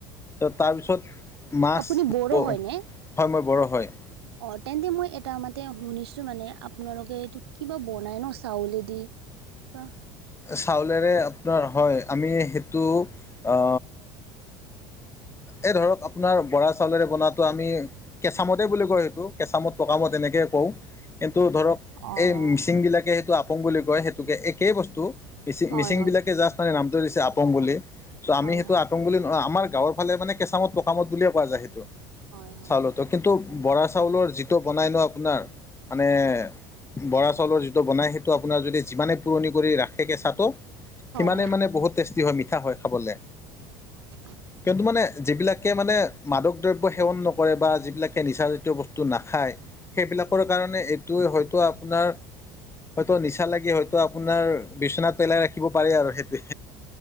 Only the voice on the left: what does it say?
ত
তাৰপিছত মাছ
হয়
মই বৰো হয়।
চাউলেৰে আপোনাৰ হয় আমি সেইটো অ, এই ধৰক আপোনাৰ বৰা চাউলেৰে বনাতো আমি কেচামদেই বুলি কয় সেইটো কেচামদ পকা মদ তেনেকেই কও কিন্তু ধৰক
এই মিচিং বিলাকে সেইটো আপোং বুলি কয় সেইটোকে এইেই বস্তু মিচি
মিচিং
বিলাকে জাষ্ট নামটো দিছে আপং বুলি চ'
আমি সেইটো
আপং বুলি আমাৰ গাঁৱৰ ফালে মানে কেঁচামদ পকামদ বুলিয়ে কোৱা যায় সেইটো
চাউলতো কিন্তু
বৰা চাউলৰ যি বনাই ন আপোনাৰ মানে
বৰা চাউলৰ যিটো বনাই সেইটো আপোনাৰ যদি যিমানে পুৰণি কৰি ৰাখে কেচাহটো
সিমানে মানে বহুত টেষ্টি হয় মিঠা হয় খাবলে।
কিয়নু মানে যিবিলাকে মানে মাদক দ্ৰব্য সেৱন নকৰে বা যিবিলাকে নিচাজাতীয় বস্তু নাখায়। সেইবিলাকৰ কাৰণে এইটো হয়তো আপোনাৰ হয়তো নিচা লাগে হয়তো আপোনাৰ বিচনাত পেলাই ৰাখি শিকিব পাৰি আৰু সেইটোৱে